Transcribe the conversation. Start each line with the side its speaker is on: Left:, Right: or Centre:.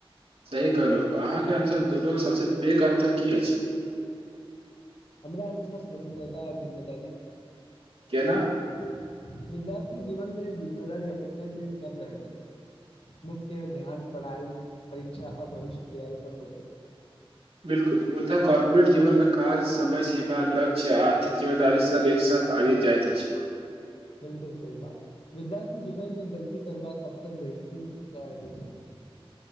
Right: सही कहलहु अहाँके अनुसार- दुनू सबस। पेग अन्तर की अछि। <unintelligible>
Left: हमरा अनुसार स्वतंत्रता जिम्मेदारी। <unintelligible>
Right: केना
Left: विद्यार्थी जीवन मे जे। जिम्मेदारी अपेक्षा के कम रहत अछि, मुख्य ध्यान पढ़ाई, परीक्षा अ भविष्य तैयारी पर होएत अछि।
Right: बिलकुल मुद्दा कॉर्पोरेट जीवन मे काज, समय, सीमा, लक्ष्य, आर्थिक जिम्मेदारी सब एक साथ आबैत जाएत अछि।
Left: बिलकुल सही बात विद्यार्थी जीवन में गलती करबाक अवसर बेजती रहत अछि।